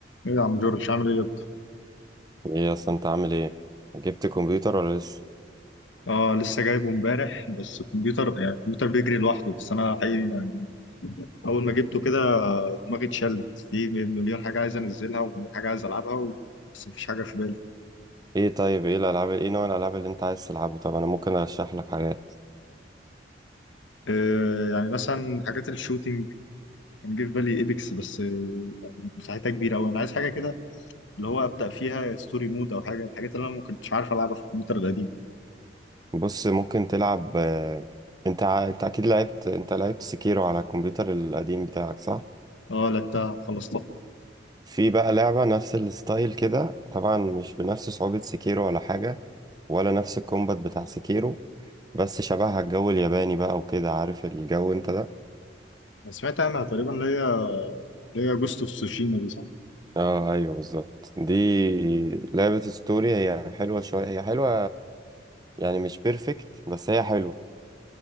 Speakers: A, on the left; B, on the right.
A: ايه يا عم جورج عامل ايه يا اسطى؟
B: ايه اصلا انت عامل ايه جبت كمبيوتر ولا لسه
A: اه لسه جايبه امبارح بس الكمبيوتر يعني الكمبيوتر بيجري لوحده بس انا حقيقي يعني اول ما جبته كده دماغي اتشلت في مليون حاجه عايز انزلها ومليون حاجه عايز العبها و... بس مفيش حاجه في بالي
B: ايه طيب ايه الالعاب ايه نوع الالعاب اللي انت عايز تلعبه طب انا ممكن ارشح لك حاجات
A: آه يعني مثلا حاجات الشوتينج كان جه في بالي ايبكس بس آه يعني مساحتها كبيره قوي انا عايز حاجه كده اللي هو ابدا فيها ستوري مود او حاجه الحاجات اللي انا ما كنتش عارف العبها في الكمبيوتر القديم
B: بص ممكن تلعب آه، انت ع- انت اكيد لعبت انت لعبت سكيرو على الكمبيوتر القديم بتاعك صح
A: اه لعبتها وخلصتها
B: في بقى لعبة نفس الستايل كده طبعا مش بنفس صعوبة سكيرو ولا حاجة ولا نفس الكومبات بتاع سكيرو بس شبهها الجو الياباني بقى وكده عارف الجو انت ده
A: أنا سمعت عنها تقريبا اللي هي اللي هي جوست اوف سوشيما دي صح؟
B: اه ايوه بالظبط دي لعبة ستوري هي حلوة شوية هي حلوة يعني مش بيرفكت بس هي حلوة